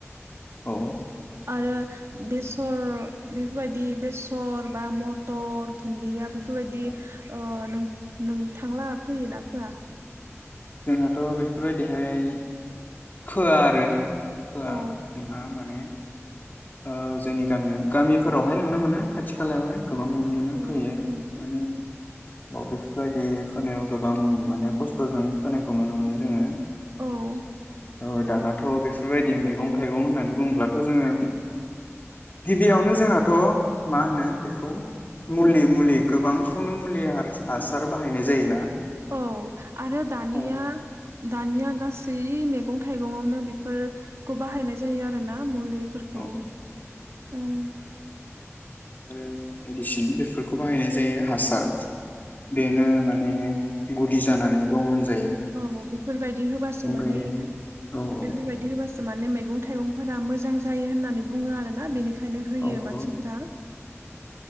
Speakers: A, on the left; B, on the right.
A: औ
B: आरो बेसर बेफोरबायदि बेसर बा मटर दुनदिया बेफोरबायदि
A: औ
B: ओह नों नों थांलाहा फैयोना फोया?
A: जोंहाथ' बेफोरबायदिहाय फोआ आरो फोआ
B: औ
A: जोंहा माने ओ जोंनि गामियाव गामिफोरावहाय नुनो मोनो खाथि खालायावहाय। गोबां नुनो मोनो
B: औ
A: फैयो
B: नंगौ
A: माने। अ बेफोरबायदि फोनायाव गोबां माने खस्थ'जों फोनायखौ नुनो मोनो जोङो।
B: औ
A: ओ दानाथ' बेफोरबायदि मैगं थाइगं होननानै बुङोब्लाथ' जोङो गिबियावनो जोंहाथ' मा होनो बेखौ मुलि मुलि गोबांखौनो मुलि हार हासार बाहायनाय जायोना?
B: औ आरो दानिया
A: औ
B: दानिया गासै मैगं थाइगंआवनो बे फोर खौ बाहायनाय जायो आरोना। मुलैफोर खौ
A: औ
B: ओं
A: आरो मेडिसिन बेफोरखौ बाहायनाय जायो हासार बेनो माने गुदि जानानै दं होन
B: औ बेफोरबायदि होबासो माने
A: गायनायनि औ औ
B: बेफोरबायदि होबासो माने मैगं थाइगंफोरा मो मोजां जायो होननानै बुङो आरोना बेनि खायनो होयो
A: औ
B: मानसिफोरा
A: औ